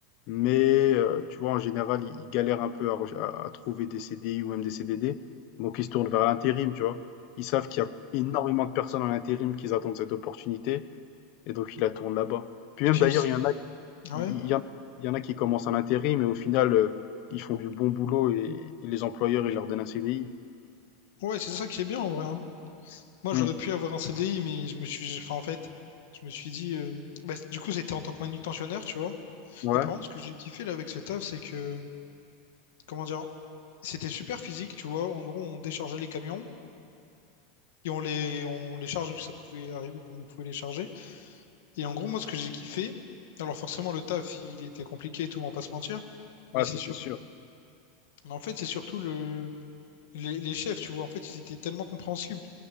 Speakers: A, on the left; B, on the left.
A: mais heu, tu vois, en général, ils ils galèrent un peu à reche à à trouver des CDI ou même des CDD, donc ils se tournent vers l'intérim, tu vois? Ils savent qu'il
B: Et,
A: y a énormément de personnes en intérim qui attendent cette opportunité et donc ils la tournent là-bas. Puis
B: et
A: même
B: puis,
A: d'ailleurs,
B: il me s-
A: il y en a
B: ah
A: il
B: ouais,
A: il y en il y en a qui commencent en intérim mais au final, heu, ils font du bon boulot et et les employeurs, ils leur donnent un CDI.
B: ouais, c'est ça qui est bien en vrai. hein. Moi,
A: Mmh,
B: j'aurais pu avoir un CDI, mais je me suis, enfin, en fait, je me suis dit, euh, bah, du coup, c'était en tant que manutentionnaire, tu vois.
A: ouais,
B: Et par contre, ce que j'ai kiffé là avec ce taf, c'est que, comment dire, c'était super physique, tu vois. En gros, on déchargeait les camions et on les, on les chargeait, parce que ça pouvait arriver qu'on pouvait les charger. Et en gros, moi, ce que j'ai kiffé, alors forcément, le taf, il était compliqué et tout, on va pas se mentir. Mais
A: ouais,
B: c'est
A: ça c'est sûr.
B: Mais En fait, c'est surtout le... les, les chefs, tu vois. En fait, ils étaient tellement compréhensibles.